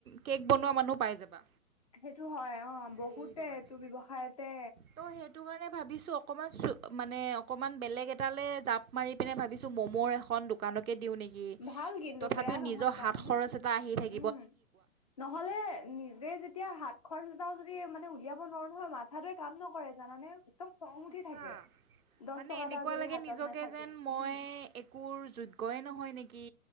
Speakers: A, on the right; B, on the left.
A: কেক বনোৱা মানুহ পাই যাবা
B: সেইটো হয় অ বহুতে
A: সেইটো কাৰণে
B: এইটো ব্যৱসায়তে
A: ত সেইটো কাৰণে ভাবিছো অকমান চো মানে অকণমান বেলেগ এটালে জাপ মাৰি পিনে ভাবিছোঁ ম'ম'ৰ এখন দোকানত দিও নেকি
B: ভাল কিন্তু
A: তথাপিও
B: বেয়া নহয়
A: নিজৰ
B: জানানে
A: হাত খৰচ এটা আহি থাকে
B: উম নহলে নিজে যেতিয়া হাত খৰচ এটাও যদি মানে উলিয়াব নোৱাৰো নহয় মাথা টোৱে কাম নকৰে জানানে একদম খং
A: সঁচা
B: উঠি থাকে দহ
A: মানে
B: টকা
A: এনেকোৱা
B: এটা যদি
A: লাগে
B: হাতত
A: নিজকে
B: নাথাকে
A: যেন মই
B: উম
A: একোৰ যোগ্যই নহয় নেকি, কি